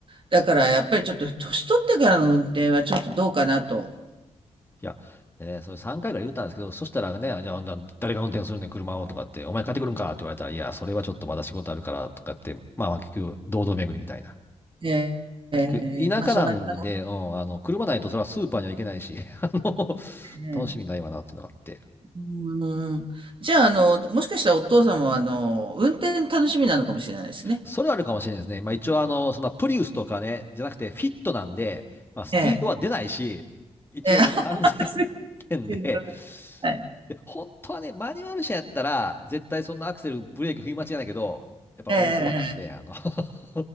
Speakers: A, on the right (about 40°); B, on the left (about 15°).
A: だからやっぱりちょっと年取ってからの運転はちょっとどうかなと。
B: いや、でね、それ3回ぐらい言ったんですけど、そしたらね、じゃあ、あんな誰が運転するねん、車をとかって、お前帰ってくるんかって言われたら、いや、それはちょっとまだ仕事あるからとかって、まあまあ、結局、堂々巡りみたいな。
A: えーえーまあそうなります
B: 結局、田舎なんで、うん、あの、車ないとそれはスーパーには行けないし、<laughs> あの、
A: ね。
B: 楽しみないわなっていうのがあって。
A: うん。じゃあ、あの、もしかしたらお父様は、あの、運転楽しみなのかもしれないですね。
B: それはあるかもしれないですね。まあ一応あの、そんなプリウスとかね、じゃなくてフィットなんで、まあスピードは出ないし、
A: ええ。
B: 一応安全点で、
A: ええ。<laughs> はい。
B: で、本当はね、マニュアル車やったら、絶対そんなアクセル、ブレーキ踏み間違いないけど、やっぱオートマなんで、
A: ええええええ。
B: あの <laughs>